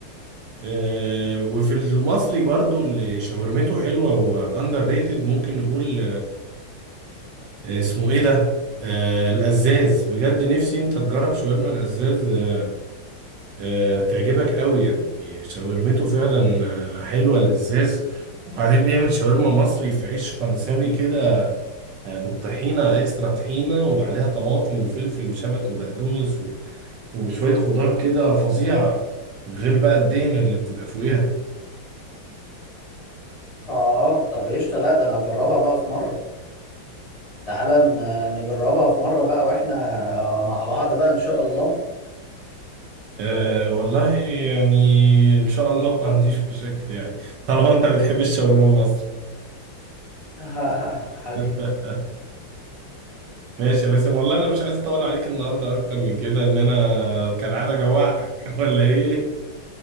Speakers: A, on the right; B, on the left.
A: آه، وفي المصري برضو اللي شاورمته حلوة وأندر ريتد ممكن نقول آه، اسمه إيه ده؟ آه، القزاز بجد نفسي أنت تجرب شاورما القزاز آه، آه، تعجبك قوي يعني شاورمته فعلا آه، حلوة القزاز وبعدين بيعمل شاورما مصري في عيش فرنساوي كده آه، بالطحينة اكسترا طحينة وعليها طماطم وفلفل وشبت وبقدونس و- وشوية خضار كده فظيعة غير بقى الدهنة اللي بتبقى فوقيها
B: اه طب قشطه لا ده انا هجربها بقى في مره تعالى ن- نجربها في مره بقى واحنا مع بعض بقى ان شاء الله
A: أه والله يعني ان شاء الله ما عنديش <laughs> مشاكل يعني طالما انت بتحب الشاورما المصري
B: <laughs> حبيبي
A: <laughs> ماشي يا باسم والله انا مش عايز اطول عليك النهارده اكتر من كده ان انا كالعاده جوعتك <laughs> ولا ايه